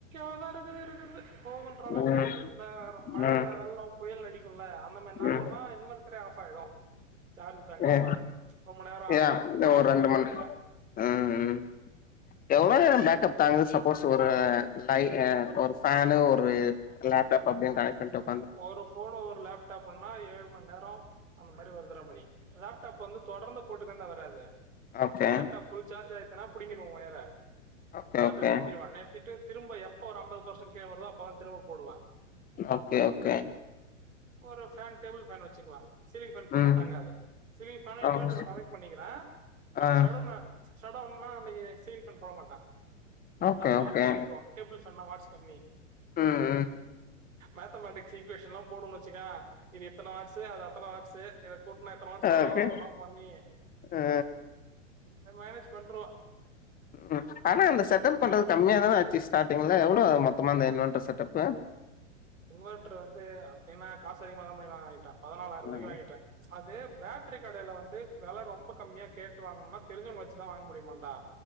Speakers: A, on the right (about 85°); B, on the left (about 20°).
A: அதா இருக்கு இருக்கறது போதுன்ற அளவுக்கு
B: ம்
A: வருது இந்தா மழை,
B: ம்
A: வெள்ளோ, புயல் அடிக்குல்ல அந்த மாரி நாள்லதா
B: ம்
A: இன்வென்ட்டரே ஆஃப் ஆயிடு சார்ஜ் தாங்காம
B: ஏ
A: ரொம்ப நேரோ ஆவு
B: ஏ இந்த
A: கரண்ட்
B: ஒரு
A: நிறுத்திருவானுக
B: ரெண்டு மண் ம் ம் எவ்ளோ நேரோ பேக்கப் தாங்குது சப்போஸ் ஒரு லை ஒரு ஃபேனு ஒரு லேப்டாப் அப்டின் கனெக்ட் பண்டு
A: ஒரு ஃபோனு ஒரு லேப்டாப்னா ஏழு மண்நேரோ அந்த மாரி வருதுறா மணி லேப்டாப் வந்து தொடர்ந்து போட்டுன்டா வராது
B: ஓகே
A: லேப்டாப் ஃபுல் சார்ஜ் ஆயிட்டனா புடிங்கிரு ஒயர
B: ஓகே
A: சார்ஜர
B: ஓகே
A: நிருத்திருவ நிருத்திட்டு திரும்ப எப்ப ஒரு அம்பது பர்சன்ட் கீழ வருதோ அப்பதா திரும்ப போடுவ
B: ஓகே ஓகே
A: ஒரு ஃபேன் டேபிள் ஃபேன் வெச்சுக்கலா சீலிங் ஃபேன் போட்டா
B: ம்
A: தாங்காது சீலிங் ஃபேன் இன்வெட்டர்ல
B: ஓகே
A: கனெக்ட் பண்ணிக்கிற பட்
B: ஆ
A: ஷட்டவுன் ஷட்டவுன்னா அன்னக்கி சீலிங் ஃபேன் போட மாட்ட
B: ஓகே
A: அது
B: ஓகே
A: வாட்ஸ் அதிகோ டேபுள் ஃபேன்னா வாட்ஸ் கம்மி
B: ம் ம்
A: மேத்தமேட்டிக்ஸ் ஈக்குவேஷன்லா போடும்னு வெச்சுக்க இது இத்தன வாட்ஸு அது அத்தன வா்ட்ஸு இத கூட்னா எத்தன வாட்ஸ் வரு
B: ஓகே
A: அதெல்லா பண்ணி
B: ஆ
A: மேனேஜ் பண்றுவ
B: ம் ஆனா அந்த செட்டப் பண்றது கம்மியாதான ஆச்சு ஸ்டாடிங்ல எவ்ளோ மொத்தமா இந்த இன்வென்ட்டர் செட்டப்பு?
A: இன்வெட்டர் வந்து அப்பயனா காசு அதிகமாதா பண்ணி வாங்கிட்டான் பதினாளாயிரரூபாய்க்கு
B: ஆ
A: வாங்கிட்ட அது பேட்ரி கடைல வந்து வெல ரொம்ப கம்மியா கேட்டு வாங்ணம்னா தெரிஞ்சவங்கள வெச்சுதா வாங்க முடியுமான்டா